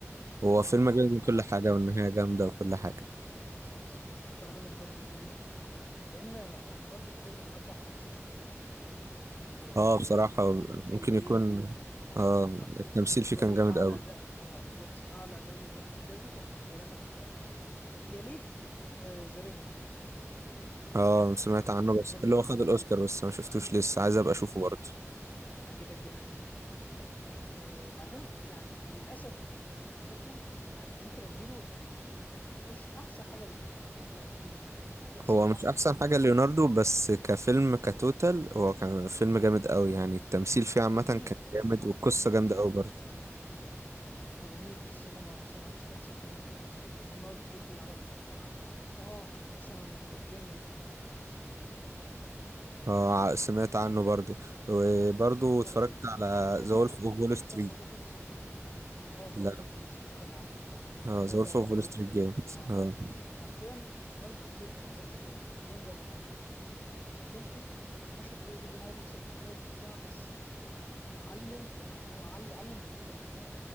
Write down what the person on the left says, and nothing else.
اه
ف
بالظبط شاتر ايلاند ده بالنسبة لي ممكن يكون لأن ليوناردو دي كابريو أبدع في تمثيل شاتر ايلاند آه، و-
و-
ومراته بتموت
في إيديه
ولا
بالنسبة
لي
أعلى
أداء آه بالظبط أعلى أداء ليوناردو دي كابريو كان هيلانا في شاتر ايلاند يليه آه، ذا ريفر
كان أخد
أوسكار
برضك
عليه
مم.
يعجبك جامد جدا آه بعدين يعني للأسف الديبارتمنت أنا أنا ممكن أديله يعني مش احسن حاجه للنهارده يعني لا في في احسن
بكتير
للنهارده
الصراحه
جميل
بس
مم.
هو جميل بس انا ما صنعوش كاحسن فيلم لي خالص النهارده كبري عمل آه، عمل اه مثلا جينجو
خرابي
اتفرجتش
على جينجو
بتاع سامويل جاكسون اه ذا
وولف اوف وول ستريت طبعا لا
جينجو
هيعجبك
جدا
ده
حرفيا النرد كبر ما ظهرش في جينجو الا قليل جدا مشهد قليل جدا هو بيكسر الكوبايه بيزعق بس يعني كان علم يعني هو عل- علم في الكل فاهم